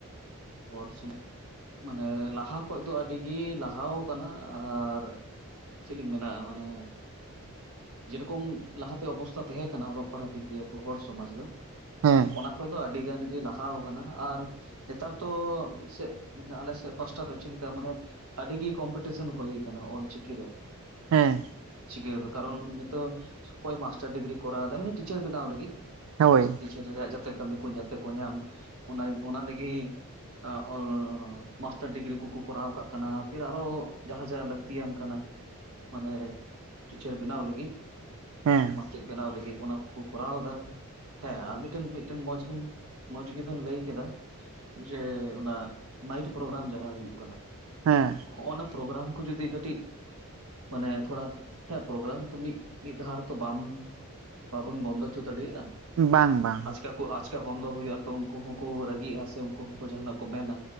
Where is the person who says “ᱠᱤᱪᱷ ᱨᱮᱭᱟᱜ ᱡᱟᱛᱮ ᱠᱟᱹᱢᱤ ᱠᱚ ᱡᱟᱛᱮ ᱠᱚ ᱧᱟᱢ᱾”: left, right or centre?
Right